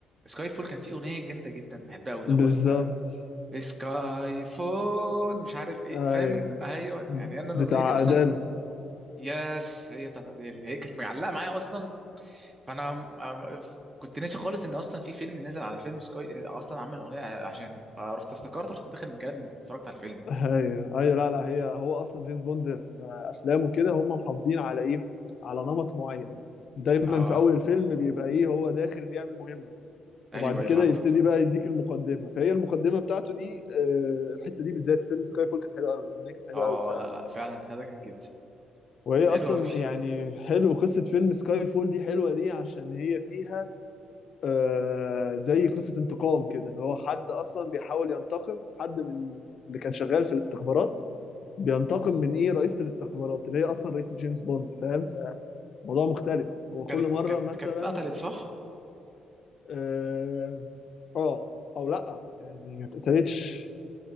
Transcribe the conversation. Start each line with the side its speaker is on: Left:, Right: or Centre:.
Right: سكاي فول كانت فيه اغنيه جامده جدا بحبها قوي اللي
Left: بالظبط
Right: هو س- لا، سكاي فول مش عارف ايه
Left: ايوه
Right: فاهم انت ايوه يعني انا الاغنيه
Left: بتاع
Right: دي اصلا
Left: ادل
Right: يس هي بتاعت اديل هي كانت معلقه معايا اصلا فانا م- أم- كنت ناسي خالص ان اصلا في فيلم نزل على فيلم سكاي اصلا عمل اغنيه ع- عشانه فرحت افتكرت رحت داخل مكان من اتفرجت على الفيلم
Left: ايوه ايوه لا لا هي هو اصلا جيمس بوند في افلامه كده هم محافظين على ايه على نمط معين دايما
Right: اه
Left: في اول الفيلم بيبقى ايه هو داخل بيعمل مهمه وبعد
Right: ايوه ايوه
Left: كده
Right: فهمتك
Left: يبتدي بقى يديك المقدمه فهي المقدمه بتاعته دي آه، الحته دي بالذات في فيلم سكاي فول كانت حلوه قوي الاغنيه كانت حلوه
Right: اه
Left: قوي بصراحه
Right: لا لا فعلا بتاع ده جامد جدا
Left: وهي
Right: طب حلو
Left: اصلا
Right: قوي
Left: يعني حلو قصه فيلم سكاي فول دي حلوه ليه عشان هي فيها آه، زي قصه انتقام كده اللي هو حد اصلا بيحاول ينتقم حد من اللي كان شغال في الاستخبارات بينتقم من ايه رئيسة الاستخبارات اللي هي اصلا رئيسة جيمس بوند فاهم فموضوع مختلف هو كل
Right: كانت
Left: مرة
Right: كانت
Left: مثلا
Right: كانت اتقتلت صح
Left: اه آه، او لا يعني ما اتقتلتش